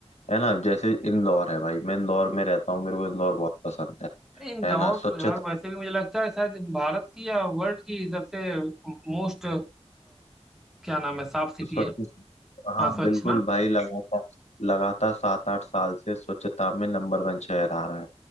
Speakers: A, on the left; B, in the centre.
A: है ना जैसे इंदौर है भाई मैं इंदौर में रहता हूँ मेरे को इंदौर बहुत पसंद है
B: नहीं, इंदौर
A: है ना स्वच्छता
B: तो यार वैसे भी मुझे लगता है शायद भारत की या वर्ल्ड की सबसे मोस्ट क्या नाम है साफ सिटी
A: स्वच्छ
B: है
A: हाँ
B: हाँ स्वच्छ
A: बिल्कुल
B: ना
A: भाई लगातार लगातार सात आठ साल से स्वच्छता में नंबर वन शहर आ रहा है